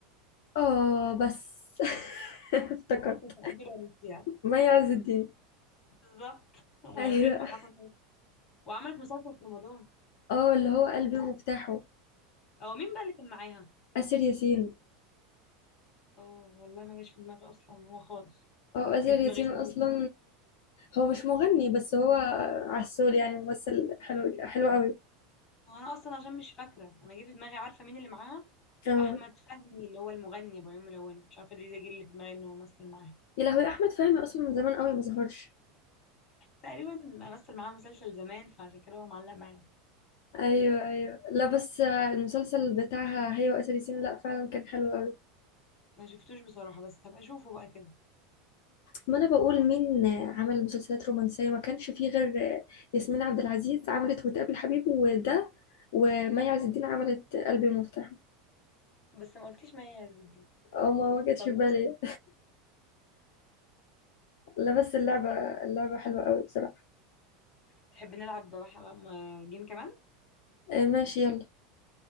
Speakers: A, on the left; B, on the left.
A: اه بس <laughs> افتكرت
B: <laughs> عبد الوليد يعني
A: مي عز الدين
B: <laughs> بالظبط ومثلت
A: ايوه
B: مع حسن حسني وعملت مسلسل في رمضان
A: اه اللي هو قلبي ومفتاحه
B: او مين بقى اللي كان معاها
A: آسر ياسين
B: اه والله ما جاش في دماغي اصلا هو خالص
A: اه آسر
B: جه في دماغي
A: ياسين
B: شكله
A: اصلا
B: بس
A: آه، هو مش مغني بس هو عسول يعني ممثل حلو حلو قوي
B: انا اصلا عشان مش فاكره انا جه في دماغي عارفه مين اللي معاها
A: اه
B: احمد فهمي اللي هو المغني ابو عيون ملونه مش عارفه دي زي جه اللي في دماغي ان هو مثل معاها
A: يا لهوي احمد فهمي اصلا من زمان قوي ما ظهرش
B: تقريبا مثل معاه مسلسل زمان فعشان كده هو معلق معايا
A: ايوه ايوه لا بس آه، المسلسل بتاعها هي وآسر ياسين لا فعلا كان حلو قوي
B: ما شفتوش بصراحة بس هبقى اشوفه بقى كده
A: ما انا بقول مين عمل مسلسلات رومانسية ما كانش فيه غير ياسمين عبد العزيز عملت وتقابل حبيب وده ومي عز الدين عملت قلبي مفتاح
B: بس ما قلتيش ما هي دي
A: اه ما ما جاتش
B: طنشت
A: في بالي لا بس اللعبة
B: تحب
A: اللعبة حلوة قوي بصراحة
B: تحب نلعب بقى حاجة- م- جيم كمان
A: آه، ماشي يلا